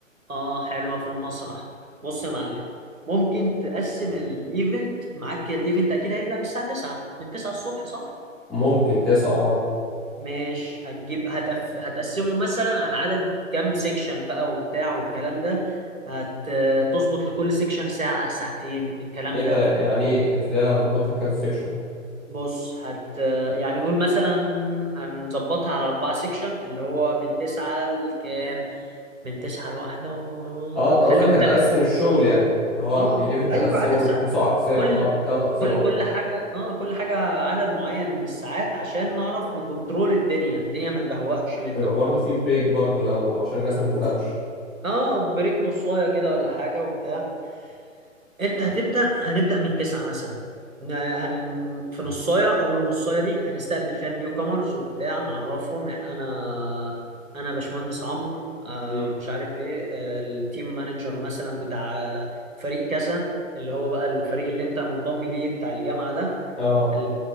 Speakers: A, on the right; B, in the centre.
A: اه حلوه في المسرح بص يا معلم ممكن تقسم الايفنت معاك الايفنت اكيد هيبدا من الساعه 9 من 9 الصبح صح
B: ممكن تسعة اه
A: مش هتجيب هتف... هتقسمه مثلا على عدد كام سيكشن بقى وبتاع والكلام ده هتظبط لكل سيكشن ساعه ساعتين الكلام
B: ايه ده
A: ده
B: يعني ايه ازاي هظبطها كذا سيكشن
A: بص هت يعني قول مثلا هنظبطها على أربعة سيكشن اللي هو من تسعة لكام من تسعة لواحدة و...
B: اه انت
A: خليهم
B: قصدك هنقسم
A: تل...
B: الشغل يعني اللي هو
A: اه
B: الايفنت
A: أيوة
B: هنقسمه
A: عدد ساعات
B: لتسع اقسام
A: كل
B: اه ثلاث اقسام
A: كل
B: قصدي
A: كل حاجة اه كل حاجة عدد معين من الساعات عشان نعرف نكنترول الدنيا الدنيا ما تبهوأش منا
B: ويبقى برضه في بريك برضه لو عشان الناس ما تزهقش
A: وف... اه بريك نصاية كده ولا حاجة وبتاع انت هتبدأ هنبدأ من تسعة مثلا ن- هن... في نصاية أول نصاية دي هنستقبل فيها النيو كامرز وبتاع نعرفهم إح- أنا أنا باشمهندس عمرو آه،
B: مم.
A: مش عارف إيه آه، التيم مانجر مثلا بتاع فريق كذا اللي هو بقى الفريق اللي أنت منضم ليه بتاع الجامعة ده
B: اه
A: ال-